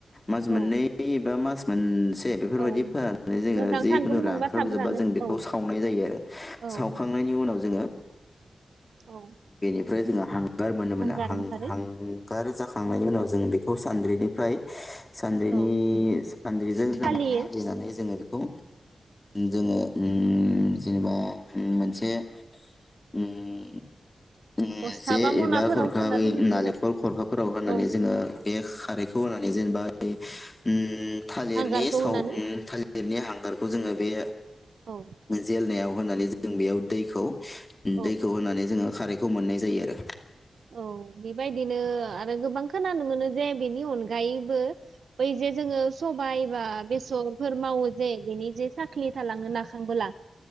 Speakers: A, on the left; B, on the right.
A: मास मोननै
B: औ
A: बा मास मोनस दे बेफोरबायाददि
B: औ
A: फोराननानै जोङो
B: मोजां
A: जिखुनु
B: सान्दुं मोनबा
A: रानख्राबजोबबा
B: थाब रानो
A: जों बेखौ
B: औ
A: सावनाय जायो आरो
B: औ
A: सावखांनायनि
B: औ
A: उनाव जोङो
B: औ
A: फ्राय जोंहा हां गार मोनो मोना
B: हांगार
A: हां
B: ओंखारो
A: हां गार जाखांनायनि उनाव जों बेखौ सानद्रिनिफ्राय सानद्रिनि
B: औ
A: सानद्रिजों जोङो
B: सालियो
A: सालिनानै जोङो बे खौ जोंङो
B: औ
A: उम जेनेबा मोनसे उम ओम
B: बस्था
A: जे
B: बा मनाफोराव
A: एबा खरखाबै
B: सोना दोननाय
A: नालेंखर
B: जायो
A: खरखाफोराव
B: आरो
A: होनानै
B: औ
A: जोङो बे खा खारैखौ होनानै जेनेबा उम थालिरनि
B: हांगारखौ
A: साव
B: होनानै
A: उम थालिर गिदिरनि हांगारखौ जोङो बे
B: औ
A: जेल नायाव। होननानै जों बेयाव दैखौ
B: औ
A: दैखौ
B: औ
A: होनानै जोङो। खारेग खौ मोननाय जायो आरो
B: औ बेबायदिनो आरो गोबां खोनानो मोनो जे बेनि अनगायैबो बै जे जोङो सबायाइ बा बेसरफोर मावो जे बिनि जे साख्रि थालाङोना खांबोला